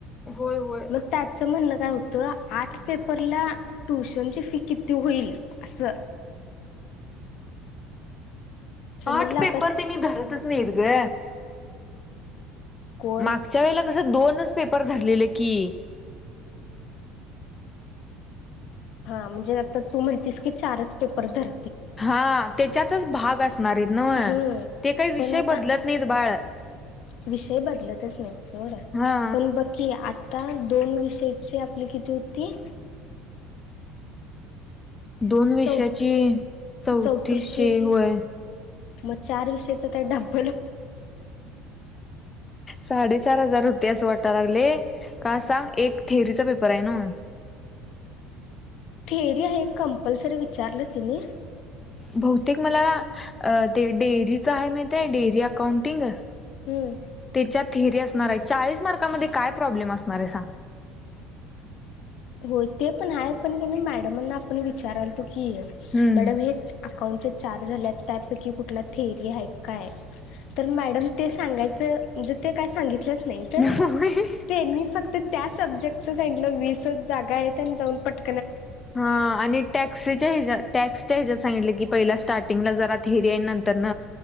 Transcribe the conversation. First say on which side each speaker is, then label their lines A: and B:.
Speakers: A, on the left (about 20°); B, on the left (about 60°).
A: होय होय
B: मग त्याचं म्हणणं. होत आठ पेपरला ट्युशनची फी किती होईल अस. समजलं
A: आर्ठ
B: आता
A: पेपर तेनी धरतच नाहीत ग.
B: कोण
A: मागच्या वेळेला कस त दोनच पेपर धरलेले की
B: हा म्हणजे आता तू म्हणतीस की चारच पेपर धर.
A: हा त्याच्यातच भाग असणारेत न व.
B: हम्म
A: ते काही विषय
B: पण आता
A: बदलत नाहीत बाळ
B: विषय बदलतच नाहीत सोड
A: हा
B: पण बघकी आ आता दोन विषयाची आपली किती होती.
A: दोन विषयाची
B: चौ
A: चौथीषे
B: चौतीसशे
A: होय.
B: मग चार विषयचा त्या डब
A: साडेचार हजार होते अस वाटा लावले. का सांग एक थेअरीचा पेपरे न व.
B: थेअरी हाये हे कंपल्सरी विचारलं तिनी.
A: बहुतेक मला ते डेअरीच हाये माहिते डेअरी अकाउंटिंग.
B: हम्म
A: त्याच्या थेर्या अस नारे चाळीस मारकामध्ये काय प्रॉब्लेम असणारे साग.
B: होय ते पण हाय पण कीनी मॅडमांना आपण विचारालतो. की
A: हम्म
B: मॅडम हे अकाउंटचे चार झाले त्यापैकी कुठला थेरी हाये. काय तर मॅडम ते सांगायचं म्हणजे ते काय सांगितलंच नाहीत
A: हम्म
B: त्यांनी फक्त त्या सब्जेक्टच सांगीलं वीसच जागायेतन जाऊन पट
A: हा आणि टॅक्सच्या हच्या टॅक्सच्या हेच्यात सांगील की पहिला स्टार्टिंगला जरा थेरीये नंतर न